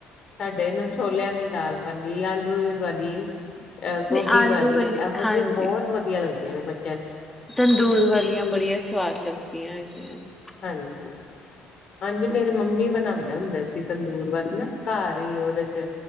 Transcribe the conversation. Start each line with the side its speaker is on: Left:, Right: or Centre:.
Left: ਸਾਡੇ ਨ ਛੋਲਿਆਂ ਦੀ ਦਾਲ ਬਣੀ, ਆਲੂ ਵੀ ਬਣ ਬੀ ਅ
Centre: ਨਹੀਂ
Left: ਗੋਭੀ
Centre: ਆਲੂ
Left: ਵਾਲੀ ਇਹੋ
Centre: ਹਾਂਜੀ
Left: ਜਿਹੀ ਬਹੁਤ ਵਧੀਆ ਲੱਗ <unintelligible>
Centre: ਤੰਦੂਰ ਵਾਲੀਆਂ ਬੜੀਆ ਸਵਾਦ ਲਗਦ ਪਿਆਂ ਜੀਆਂ ਨ
Left: ਹਾਂਜੀ- ਹਾਂਜੀ ਮੇਰੇ ਮੰਮੀ ਬਣਾਉਂਦੇ ਹੁੰਦੇ ਸੀ, ਤੰਦੂਰ ਵਾਲੀ ਨਾ ਘਰ ਹੀ ਉਹਦੇ 'ਚ